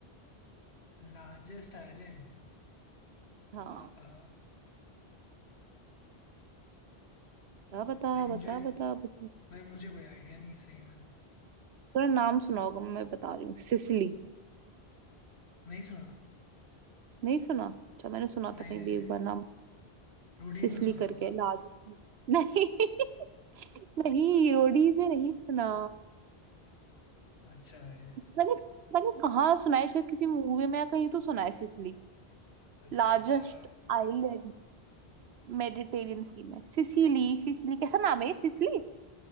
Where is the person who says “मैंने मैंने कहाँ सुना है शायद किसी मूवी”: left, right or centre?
Right